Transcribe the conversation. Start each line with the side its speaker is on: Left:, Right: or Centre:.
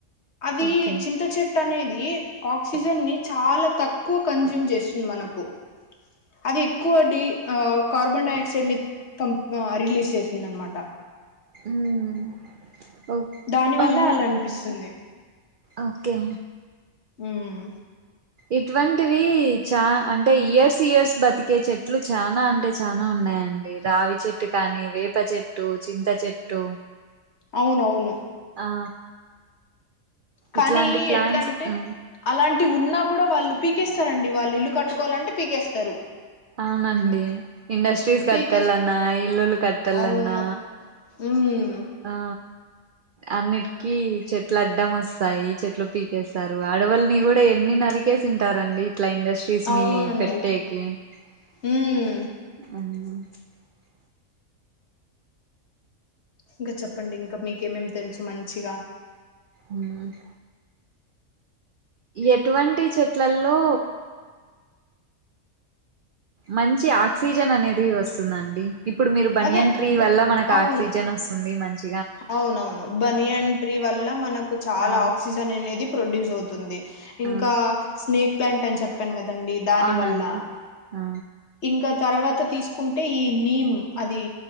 Left: అదీ
Right: ఓకే
Left: చింత చెట్టు అనే ది ఆక్సిజన్ ని చాల తక్కువ కంజూమ్ చేస్తుంది మనకు అది ఎక్కువ డి ఆ కార్బన్ డై ఆక్సైడ్ ని పంపి రిలీజ్ చేసింద అనమాట
Right: ఉమ్ ఓ
Left: దాని వల్ల
Right: అవునా
Left: అలా అనిపిస్తుంది
Right: ఓకే
Left: ఉమ్
Right: ఇటువంటివి చా అంటే ఇయర్స్ ఇయర్స్ బతికే చెట్లు చానా అంటే చానా ఉన్నాయండి రావి చెట్టు కానీ వేప చెట్టు చింత చెట్టు
Left: అవునవును
Right: ఆ
Left: కానీ
Right: ఇట్లాంటి ప్లాన్స్
Left: ఎట్ల అంటే
Right: ఆ
Left: అలాంటి టి ఉన్నా కూడ వాళ్ళు పీకేస్తారండి వాళ్ళు ఇల్లు కట్టుకోవాలంటే పీకేస్తారు
Right: అవునండి ఇండస్ట్రీస్ కట్టాలన్న
Left: పీకేస్
Right: ఇల్లులు కట్టాలన్నా
Left: అవును ఉమ్
Right: ఆ అన్నిటికిీ చెట్లు అడ్డం వస్తాయి చెట్లు పీకేస్తారు అడవుల్ని కూడ ఎన్ని నరికేసి ఉంటారండి ఇట్ల ఇండస్ట్రీస్
Left: అవునండి
Right: ని పెట్టేకి ఆన్
Left: ఉమ్ ఇంకా చెప్పండి ఇంకా మీకేమేం తెలుసు మంచిగా
Right: ఉమ్ ఎటువంటి చెట్లల్లో మంచి ఆక్సిజన్ అనేది వస్తుందండి ఇప్పుడు మీరు బనియన్
Left: అదే
Right: ట్రీ
Left: బ
Right: వల్ల మనకు
Left: అవును
Right: ఆక్సిజన్ వస్తుంది మంచి
Left: అవునవును బని ఎంట్రీ వల్ల మనకు చాలా
Right: ఆ
Left: ఆక్సిజన్ అనేది ప్రొడ్యూస్ అవుతుంది ఇంకా
Right: ఆ
Left: స్నేక్ పలాంట అ చెప్పను కదా దండి దాని
Right: అవునండి
Left: వల్ల
Right: ఆ
Left: ఇంకా తర్వాత తీసుకుంటే ఈ నీమ్ అది